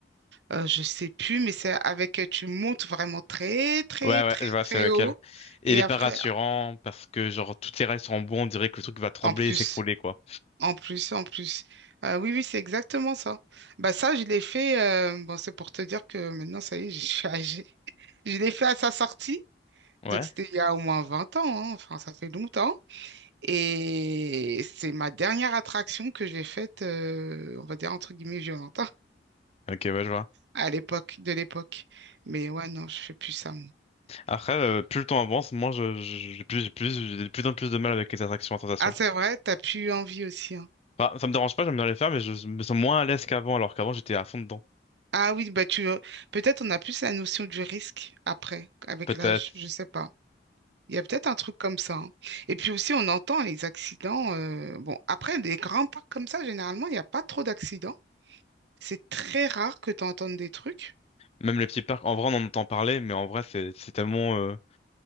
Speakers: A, on the right; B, on the left.
A: Euh, je sais plus, mais c'est avec, euh, tu montes vraiment très, très,
B: Ouais, ouais,
A: très,
B: je vois,
A: très
B: c'est lequel.
A: haut.
B: Et
A: Et
B: il est
A: après,
B: pas rassurant parce que genre toutes les rails sont en bois, on dirait que le truc va trembler
A: en plus,
B: et s'écrouler quoi.
A: en plus, en plus. Euh, oui, oui, c'est exactement ça. Bah, ça, je l'ai fait, euh, bon, c'est pour te dire que maintenant, ça y est, <laughs> je suis âgée. <laughs> Je l'ai fait à sa sortie.
B: Ouais,
A: Donc, c'était il y a au moins 20 ans, hein. Enfin, ça fait longtemps. Et c'est ma dernière attraction que j'ai faite, euh, on va dire, entre guillemets, violente, hein,
B: ok, ouais, je vois.
A: à l'époque, de l'époque. Mais ouais, non, je fais plus ça,
B: Après, euh, plus le temps avance, moins je, je- j'ai plus, j'ai plus, j'ai de plus en plus de mal avec les attractions à sensations.
A: Ah, c'est vrai, t'as plus eu envie aussi. hein.
B: Enfin, ça me dérange pas, j'aime bien les faire, mais je me sens moins à l'aise qu'avant, alors qu'avant j'étais à fond dedans.
A: Ah oui, bah tu euh, peut-être on a plus la notion du risque après, avec
B: Peut-être
A: l'âge, je sais pas. Il y a peut-être un truc comme ça. hein. Et puis aussi, on entend les accidents. euh, Bon, après, des grands parcs comme ça, généralement, il n'y a pas trop d'accidents. C'est très rare que tu entendes des trucs.
B: même les petits parcs. En vrai, on en entend parler, mais en vrai, c'est c'est tellement euh,